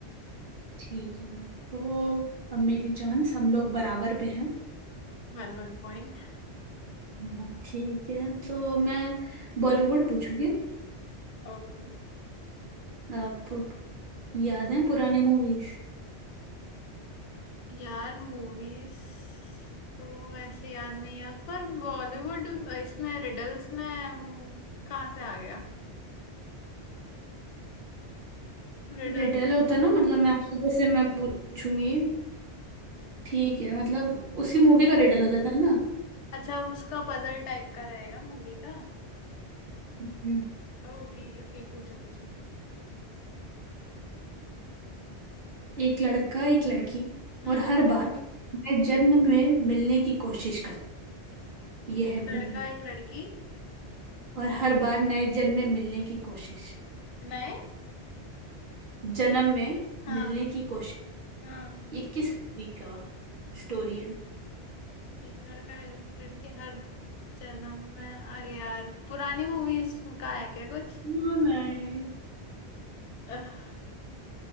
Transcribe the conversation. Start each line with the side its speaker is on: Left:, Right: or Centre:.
Right: ठीक है तो अब मेरी चांस हम लोग बराबर पे हैं
Left: One one point
Right: हाँ, ठीक है तो मैं बॉलीवुड पूछूंगी
Left: Okay
Right: आपको याद है पुरानी मूवीज
Left: यार मूवीज तो ऐसे याद नहीं है पर बॉलीवुड इसमें रिडल्स में अम, कहाँ से आ गया रिडल
Right: रिडल
Left: तो
Right: होता है ना मतलब मैं आपको जैसे मैं पूछूंगी ठीक है मतलब उसी मूवी का रिडल हो जाता है
Left: अच्छा उसका पजल टाइप का रहेगा मूवी का
Right: ना
Left: ओके ओके पूछो पूछो
Right: एक लड़का एक लड़की
Left: हम्म
Right: और हर बार नए जन्म में मिलने की कोशिश कर ये
Left: एक
Right: है मूवी
Left: लड़का एक लड़की
Right: और हर बार नए जन्म में मिलने की कोशिश
Left: नए
Right: जन्म में
Left: हाँ
Right: मिलने की कोशिश
Left: हाँ
Right: ये किस मूवी का स्टोरी है
Left: एक लड़का एक लड़की हर जन्म में अरे यार पुरानी मूवीज का है क्या कुछ
Right: नहीं नहीं।
Left: <laughs> अह,